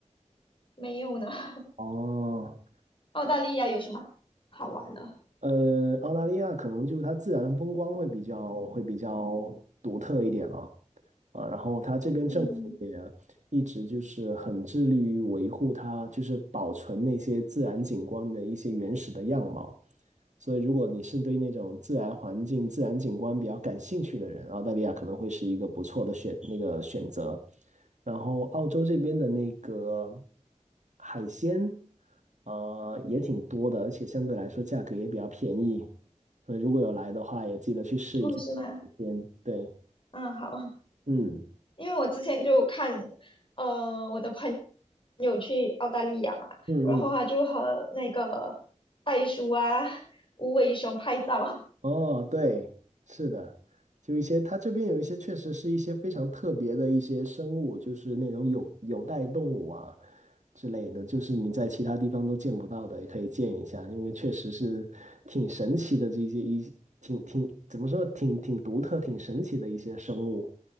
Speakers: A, on the left; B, on the right.
A: 没有呢。<laughs>
B: 哦，
A: 澳大利亚有什么好玩的？
B: 呃，澳大利亚可能就是它自然风光会比较会比较独特一点了啊，然后它这边政府也
A: 嗯，
B: 一直就是很致力于维护它，就是保存那些自然景观的一些原始的样貌。所以，如果你是对那种自然环境、自然景观比较感兴趣的人，澳大利亚可能会是一个不错的选那个选择。然后澳洲这边的那个海鲜，呃，也挺多的，而且相对来说价格也比较便宜，所以如果有来的话，也记得去试一下海鲜。
A: 哦，是吗？
B: 对，
A: 嗯，好，
B: 嗯
A: 因为我之前就看，呃，我的朋友去澳大利亚嘛，
B: 嗯嗯。
A: 然后他就和那个袋鼠啊、无尾熊拍照。<laughs>
B: 哦，对，是的，就一些，它这边有一些确实是一些非常特别的一些生物，就是那种有有袋动物啊之类的，就是你在其他地方都见不到的，也可以见一下，因为确实是挺神奇的这些一挺挺怎么说，挺挺独特、挺神奇的一些生物，